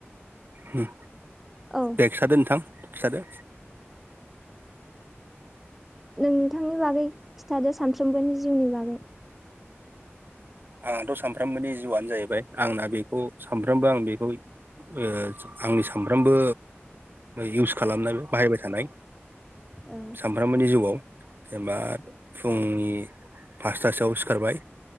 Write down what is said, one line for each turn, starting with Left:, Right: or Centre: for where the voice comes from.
Right: उम
Centre: औ
Right: दे खिथादो नोंथां। खिथादो।
Centre: नोंथांनि बागै खिथादो सानफ्रोमबोनि जिउनि बागै।
Right: आंथ' सानफ्रामबोनि जिउआनो जाहैबाय आंना बेखौ सानफ्रामबो आं बेखौ ओ आंनि सानफ्रामबो इउस खालामनाय बाहायबाय थानाय
Centre: औ
Right: सामफ्रामबोनि जिउआव जेनेबा फुंनि फासथासोआव सिखारबाय